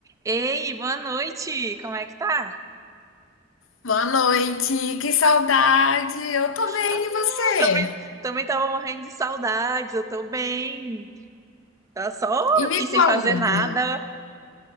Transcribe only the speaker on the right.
Ei, boa noite! Como é que tá?
Ah,
também, também tava morrendo de saudades, eu tô bem. Tá só
aqui
sem
fazer nada.